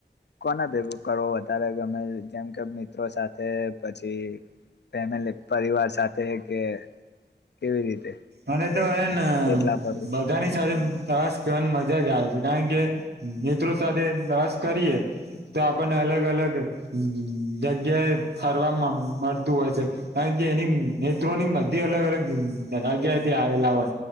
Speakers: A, on the left; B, on the right.
A: કોને ભેગું કરવો વધારે ગમે જેમ કે મિત્રો સાથે પછી ફેમિલી પરિવાર સાથે કે કેવી રીતે.
B: મને તો હેન
A: એટલા ફરવું
B: બધાની સાથે પ્રવાસ કરવાની મજા જ આવે છે કારણ કે મિત્રો સાથે પ્રવાસ કરીએ તો આપણને અલગ અલગ જ-જગ્યાએ ફરવા મ-મળતું હોય છે કારણ કે એની મીત્રો ની બધી અલગ અલગ જગ્યા થી આવેલા હોય.